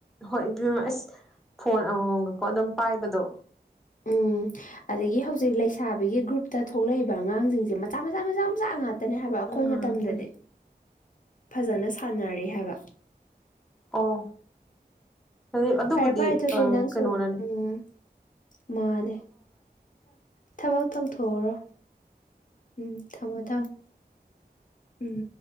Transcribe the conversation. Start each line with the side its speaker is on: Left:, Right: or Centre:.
Centre: ꯍꯣꯏ ꯏ ꯑꯁ ꯐꯣꯟ ꯑꯃꯃꯝꯒꯀꯣ ꯑꯗꯨꯝ ꯄꯥꯏꯕꯗꯣ
Left: ꯎꯝ ꯑꯗꯒꯤ ꯍꯧꯖꯤꯛ ꯂꯩꯁꯥꯕꯤꯒꯤ ꯒ꯭ꯔꯨꯞꯇ ꯊꯣꯛꯂꯛꯏꯕ ꯑꯉꯥꯡꯁꯤꯡꯁꯦ ꯃꯆꯥ ꯃꯆꯥ ꯃꯆꯥ ꯃꯆꯥ ꯉ ꯉꯥꯛꯇꯅꯦ ꯍꯥꯏꯕ ꯑꯩꯈꯣꯏ
Centre: ꯉꯥꯛꯇꯅꯤ
Left: ꯃꯇꯝꯗꯗꯤ ꯐꯖꯅ ꯁꯥꯟꯅꯔꯤ ꯍꯥꯏꯕ
Centre: ꯑꯣ ꯑꯗꯨꯩ ꯑꯗꯨꯕꯨꯗꯤ
Left: ꯐꯔꯦ ꯐꯔꯦ ꯑꯗꯨꯗꯤ ꯅꯪꯁꯨ
Centre: ꯀꯩꯅꯣꯅꯅꯤ
Left: ꯎꯝ ꯃꯥꯅꯦ ꯊꯕꯛ ꯇꯧꯊꯣꯛꯑꯣꯔꯣ ꯎꯝ ꯊꯝꯃꯣ ꯊꯝꯃꯣ ꯎꯝ